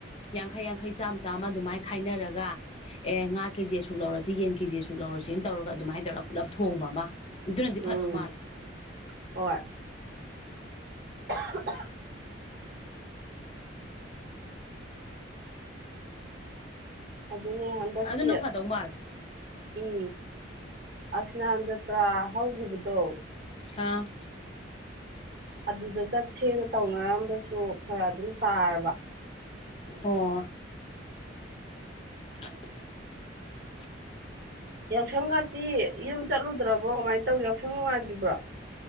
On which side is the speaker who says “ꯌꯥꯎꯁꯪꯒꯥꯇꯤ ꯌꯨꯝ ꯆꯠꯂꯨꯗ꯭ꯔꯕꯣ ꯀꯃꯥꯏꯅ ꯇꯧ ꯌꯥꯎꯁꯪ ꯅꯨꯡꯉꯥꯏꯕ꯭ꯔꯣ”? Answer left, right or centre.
Right